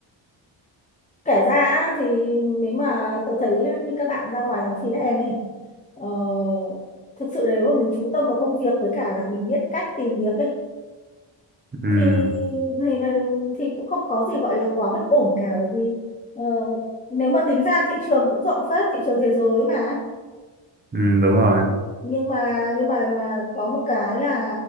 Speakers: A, on the left; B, on the right.
A: kể ra á, thì nếu mà tớ thấy như các bạn ra ngoài làm freelance này ờ, thực sự nếu mà mình chú tâm vào công việc với cả là mình biết cách tìm việc ấy
B: Ừ,
A: thì thì, thì cũng không có gì gọi là quá bất ổn cả bởi vì ờ, nếu mà tính ra thị trường cũng rộng phết thị trường thế giới mà
B: ừ đúng rồi.
A: nhưng mà nhưng mà mà có một cái là